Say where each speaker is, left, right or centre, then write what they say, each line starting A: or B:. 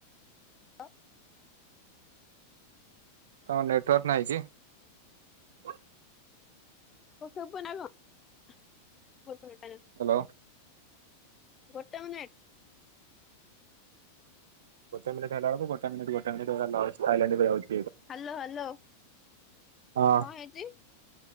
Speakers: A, on the left; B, on the right.
A: ଅ।
B: ତମ ନେଟୱାର୍କ ନହିଁ କି?
A: କୁ ସୁଭୁନି ନା କଣ ଗୋଟେ ମିନିଟ।
B: ହାଲୋ।
A: ଗୋଟେ ମିନିଟ୍।
B: ଗୋଟେ ମିନିଟ ହେଲା ବେଳକୁ ଗୋଟେ ମିନିଟ୍ ଗୋଟେ ମିନିଟ୍ ହେଲା ଲସ ସାଇଲେଣ୍ଟ ରେ ଯାଉଚି।
A: ହ୍ୟାଲୋ ହ୍ୟାଲୋ
B: ହଁ
A: କଣ ହେଇଛି